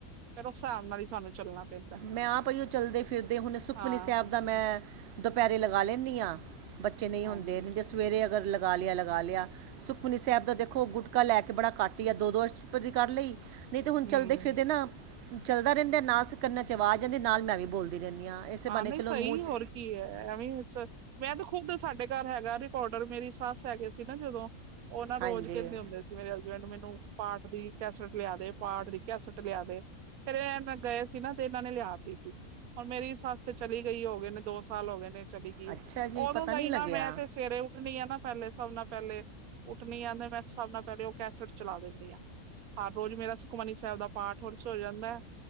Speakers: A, on the right (about 80°); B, on the right (about 65°).
A: ਫਿਰ ਉਸ ਹਿਸਾਬ ਨਾਲ ਹੀ ਸਾਨੂੰ ਚੱਲਣਾ ਪੈਂਦਾ
B: ਮੈਂ ਆਪ ਜਦੋਂ ਚੱਲਦੇ ਫਿਰਦੇ ਹੁਣ ਸੁਖਮਨੀ
A: ਹਾਂ,
B: ਸਾਹਿਬ ਦਾ ਮੈਂ ਦੁਪਹਿਰੇ ਲਗਾ ਲੈਂਦੀ ਹਾਂ। ਬੱਚੇ ਨਹੀਂ
A: ਹਾਂਜੀ,
B: ਹੁੰਦੇ ਨਹੀਂ ਸਵੇਰੇ ਅਗਰ ਲਗਾ ਲਿਆ ਲਗਾ ਲਿਆ। ਸੁਖਮਨੀ ਸਾਹਿਬ ਦਾ ਦੇਖੋ ਗੁਟਕਾ ਲੈ ਕੇ ਬੜਾ ਘੱਟ ਹੀ ਆ ਦੋ ਦੋ ਅਸ਼ਟਪਦੀ ਕਰ ਲਈ। ਨਹੀਂ ਤਾਂ ਹੁਣ
A: ਹੂੰ,
B: ਚੱਲਦੇ ਫਿਰਦੇ ਨਾ ਚੱਲਦਾ ਰਹਿੰਦਾ ਨਾਲ ਅਸੀਂ ਕੰਨਾਂ 'ਚ ਆਵਾਜ਼ ਜਾਂਦੀ ਨਾਲ ਮੈਂ ਵੀ ਬੋਲਦੀ ਰਹਿੰਦੀ ਹਾਂ। ਇਸੇ ਬਹਾਨੇ
A: ਹਾਂ ਨਹੀਂ
B: ਚਲੋ
A: ਸਹੀ
B: ਮੂੰਹ 'ਚ
A: ਹੋਰ ਕੀ ਹੈ ਐਵੀਂ। ਮੈਂ ਤਾਂ ਖੁੱਦ ਸਾਡੇ ਘਰ ਹੈਗਾ ਰਿਕੋਡਰ ਮੇਰੀ ਸੱਸ ਹੈਗੇ ਸੀ ਨਾ ਜਦੋਂ। ਉਹ ਨਾ
B: ਹਾਂਜੀ
A: ਰੋਜ਼ ਕਹਿੰਦੇ ਹੁੰਦੇ ਸੀ। ਮੇਰੇ ਹਸਬੈਂਡ ਮੈਨੂੰ ਪਾਠ ਦੀ ਕੈਸਟ ਲਿਆ ਦੇ ਪਾਠ ਦੀ ਕੈਸਟ ਲਿਆ ਦੇ। ਫੇਰ ਇਹ ਗਏ ਸੀ ਨਾ ਤੇ ਇਹਨਾਂ ਨੇ ਲਿਆਤੀ ਸੀ ਹੁਣ ਮੇਰੀ। ਸੱਸ ਤੇ ਚਲੀ ਗਈ ਹੈ ਹੋ ਗਏ ਨੇ ਦੋ ਸਾਲ ਹੋ ਗਏ ਨੇ। ਚਲੀ ਗਈ
B: ਅੱਛਾ
A: ਹੈ।
B: ਜੀ
A: ਉਦੋਂ
B: ਪਤਾ
A: ਦਾ
B: ਨਹੀਂ
A: ਹੀ
B: ਲੱਗਿਆ
A: ਨਾ ਮੈਂ ਤੇ ਸਵੇਰੇ ਉੱਠਣੀ ਆ ਨਾ। ਪਹਿਲੇ ਹਿਸਾਬ ਨਾਲ ਪਹਿਲੇ ਉੱਠਣੀ ਆ ਤੇ ਮੈਂ ਉਸ ਹਿਸਾਬ ਨਾਲ ਪਹਿਲੇ ਉਹ ਕੈਸਟ ਚਲਾ ਦਿੰਦੀ ਹਾਂ। ਹਰ ਰੋਜ਼ ਮੇਰਾ ਸੁਖਮਨੀ ਸਾਹਿਬ ਦਾ ਪਾਠ ਸ਼ੁਰੂ ਹੋ ਜਾਂਦਾ ਹੈ